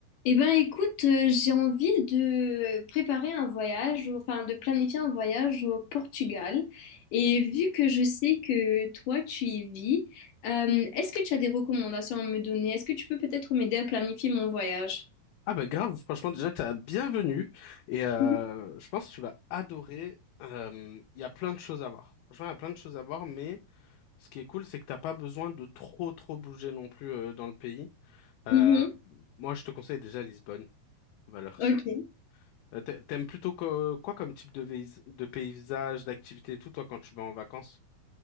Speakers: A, on the left (about 65°); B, on the left (about 85°).
A: Eh ben écoute, euh, j'ai envie de préparer un voyage, enfin de planifier un voyage au Portugal. Et vu que je sais que toi tu y vis, euh, est-ce que tu as des recommandations à me donner? Est-ce que tu peux peut-être m'aider à planifier mon voyage?
B: Ah bah grave, franchement déjà t'as bienvenue et euh,
A: Mhm.
B: je pense que tu vas adorer. Euh, Il y a plein de choses à voir. Franchement, il y a plein de choses à voir, mais ce qui est cool, c'est que t'as pas besoin de trop trop bouger non plus euh, dans le pays. Euh,
A: Mhm.
B: moi, je te conseille déjà Lisbonne, valeur
A: Ok.
B: sûre. Euh, t'a- T'aimes plutôt que- quoi comme type de, vais- de paysage, d'activité et tout, toi, quand tu vas en vacances?